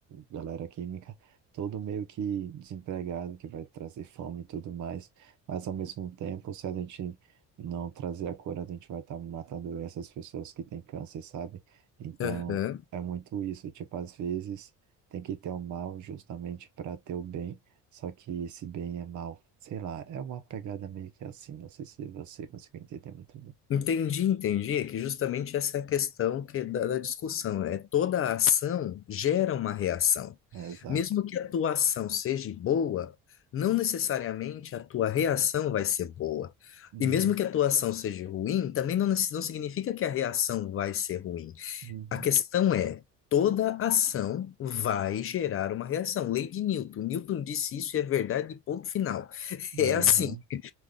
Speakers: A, on the right (about 60°); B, on the left (about 40°).
A: galera química, todo meio que desempregado, que vai trazer fome e tudo mais, mas ao mesmo tempo, se a gente não trazer a cura, a gente vai estar matando essas pessoas que têm câncer, sabe? Então,
B: aham.
A: é muito isso, tipo, às vezes tem que ter o mal justamente para ter o bem, só que esse bem é mal. Sei lá, é uma pegada meio que assim. Não sei se você conseguiu entender muito
B: Entendi, entendi. É que justamente essa é a questão que, é da, da discussão. É toda ação gera uma reação.
A: Exato.
B: Mesmo que a tua ação seja boa, não necessariamente a tua reação vai ser boa.
A: Uhum,
B: E mesmo que a tua ação seja ruim, também não, nece- não significa que a reação vai ser ruim.
A: uhum,
B: A questão é, toda ação vai gerar uma reação. Lei de Newton. Newton disse isso e é verdade, ponto final. <laughs>
A: aham,
B: É assim. <laughs>